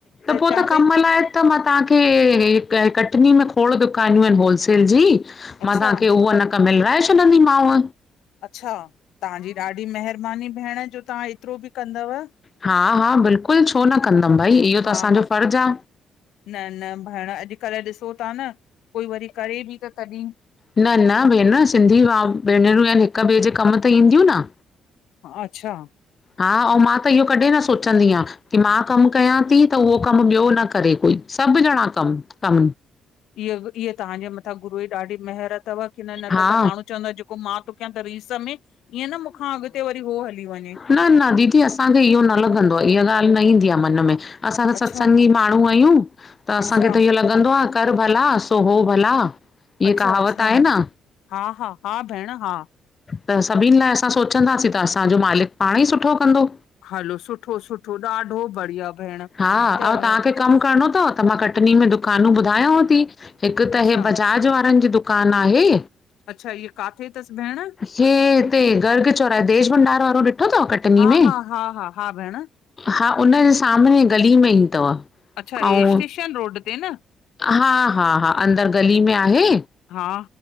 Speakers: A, on the left (about 35°); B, on the left (about 85°).
A: त पो
B: चवां
A: त कम
B: पई
A: लाए त मां तव्हांखे कटनी में खोड़ दुकानियूं आहिन होलसेल जी मां
B: अच्छा
A: तव्हांखे उह न क मिलराए छॾदी मांव।
B: अच्छा तव्हांजी ॾाढी महरबानी भेण जो तव्हां एतिरो बि कंदव।
A: हा हा बिल्कुल छो न कंदम भई
B: हा
A: इहो त असांजो
B: हा
A: फर्ज़ आ।
B: न न भेण अॼकल्ह ॾिसो ता न कोई वरी करे बि त तॾहिं।
A: न न भेण सिंधी भ भेनरूं आहिन हिक ॿिए जे कम त ईंदियूं न।
B: अच्छा
A: हा अउं मां त इहो कॾहिं न सोचंदी आहियां की मां कम कयां ती त उहो कम ॿियो न करे कोई। सभ ॼणा <unintelligible>
B: इअ ईअ तव्हांजे मथां गुरू ई ॾाढी महर तव की न
A: हा
B: त माण्हू चवंदा मां तो कयां त रीस में ईअं न मूंखां अॻते वरी उहो हली वञे!
A: न न दीदी असांखे इहो न लॻंदो आ इहा ॻाल्हि न ईंदी आ मन में। असां त
B: अच्छा
A: सत्संगी माण्हू आहियूं त असांखे
B: अच्छा
A: त इहो लॻंदो आ कर भला सो हो भला। इहा
B: अच्छा
A: कहावत
B: अच्छा
A: आहे न
B: हा हा हा भेण हा
A: त सभिन ला असां सोचंदासीं त असांजो मालिक पाण ई सुठो कंदो
B: हलो सुठो सुठो ॾाढो बढ़िया भेण
A: हा
B: त
A: ऐं तव्हांखे कमु करणो तव त मां कटनी में दुकानूं ॿुधायांव ती। हिक त
B: अच्छा
A: हे बजाज वारन जी दुकान आहे।
B: अच्छा हिय काथे तस भेण?
A: हे हिते गर्ग चोराए देश भंडार वारो ॾिठो तव कटनी
B: हा
A: में?
B: हा हा हा हा भेण
A: हा उनजे सामने गली में ई तव।
B: अच्छा
A: अउं
B: हे स्टेशन रोड ते न
A: हा हा हा अंदर गली में आहे।
B: हा